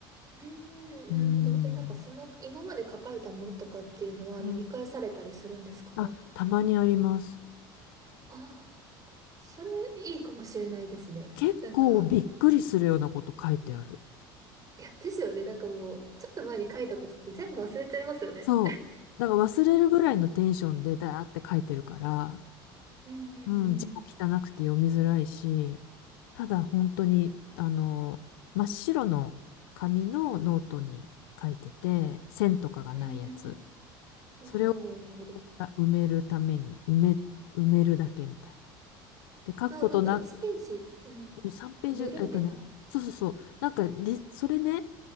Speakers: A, on the right; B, on the left.
A: うーん、
B: うん。
A: なるほど。え、なんかその、今まで書かれたものとかっていうのは読み返されたりするんですか
B: うんあ、たまにあります。
A: ああー、それいいかもしれないですね。
B: 結構びっくりするようなこと書いてある。
A: なんか、うんいや、ですよね。なんかもう、ちょっと前に書いたことって全部忘れちゃいますよね。
B: そう。だから忘れるぐらいのテンションでだーって書いてるから、
A: うんう
B: うん、字も汚くて読みづらいし、
A: ん
B: ただ本当に、あの、真っ白の紙のノートに書いてて、線とかがないやつ。
A: うん。うんうん。
B: それを
A: おお、なるほど。
B: あ埋めるために、埋め、埋めるだけみたいな。で、書くことなく、
A: な、なんか1ページ、うん、
B: 3ページ、
A: 埋めるみたいな。
B: えっとね、そうそうそう。なんかリ、それね、